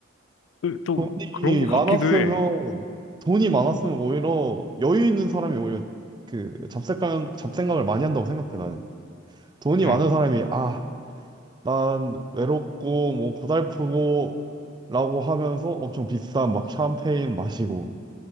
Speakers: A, on the left; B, on the right.
A: 또, 또
B: 돈이
A: 그런 것 같기도
B: 많았으면
A: 해.
B: 돈이 많았으면 오히려 여유 있는 사람이 오히려 그 잡생각 잡생각을 많이 한다고 생각해 나는. 돈이
A: 음,
B: 많은 사람이 아 난 외롭고 뭐 고달프고 라고 하면서 엄청 비싼 막 샴페인 마시고